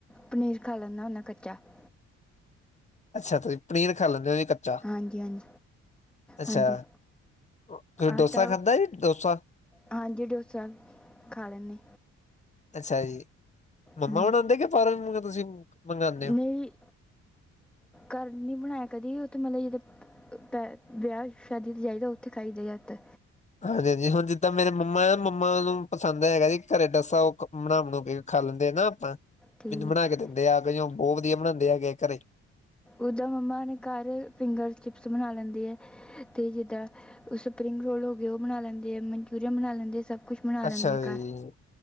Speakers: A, in the centre; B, on the left (about 25°).
A: ਪਨੀਰ ਖਾ ਲੈਂਦਾ ਹੁੰਦਾ ਕੱਚਾ <unintelligible>
B: ਅੱਛਾ ਤੁਸੀਂ ਪਨੀਰ ਖਾ ਲੈਂਦੇ ਕੱਚਾ
A: ਹਾਂਜੀ ਹਾਂਜੀ
B: ਅੱਛਾ
A: ਹਾਂਜੀ
B: ਤੁਸੀਂ
A: ਆਟਾ
B: ਡੋਸਾ ਖਾਧਾ ਜੀ ਡੋਸਾ
A: ਹਾਂਜੀ ਡੋਸਾ ਖਾ ਲੈਂਦੇ
B: ਅੱਛਾ ਜੀ ਮੰਮਾ
A: ਹਮ,
B: ਹੁਣ ਆਉਂਦੇ ਕਿ ਪਰ ਤੁਸੀਂ <unintelligible>
A: ਨਹੀਂ
B: ਹੋ
A: ਘਰ ਨਹੀਂ ਬਣਾਇਆ ਕਦੀ ਉਹ ਮਤਲਬ ਜਿੱਦਾਂ ਤੇ ਵਿਆਹ ਸ਼ਾਦੀ ਤੇ ਜਾਈਦਾ ਉੱਥੇ ਖਾਈਦਾ ਜਿਆਦਾਤਰ।
B: ਹਾਂਜੀ, ਹਾਂਜੀ ਹੁਣ ਜਿੱਦਾਂ ਮੇਰੇ ਮੰਮਾ ਮੰਮਾ ਨੂੰ ਪਸੰਦ ਹੈਗਾ ਜੀ ਘਰੇ ਦੱਸਾ ਬਣਾਉਣ ਬ ਖਾ ਲੈਂਦੇ ਆ ਨਾ ਆਪਾਂ
A: ਠੀਕ
B: ਮੈਨੂੰ ਬਣਾ
A: ਹੈ।
B: ਕੇ ਦਿੰਦੇ ਆ ਬਹੁਤ ਵਧੀਆ ਬਣਾਉਂਦੇ ਹੈਗੇ ਘਰੇ।
A: ਉੱਦਾਂ ਮੰਮਾ ਨੇ ਘਰ ਫਿੰਗਰ ਚਿਪਸ ਬਣਾ ਲੈਂਦੇ ਆ ਅਤੇ ਜਿੱਦਾਂ। ਸਪਰਿੰਗ ਰੋਲ ਹੋ ਗਏ ਉਹ ਬਣਾ ਲੈਂਦੇ ਮਨਚੂਰੀਅਨ ਬਣਾਈ ਲੈਂਦੇ ਸਭ। ਕੁਝ ਬਣਾ ਲੈਂਦੇ
B: ਅੱਛਾ
A: ਹੈ
B: ਜੀ
A: ਘਰ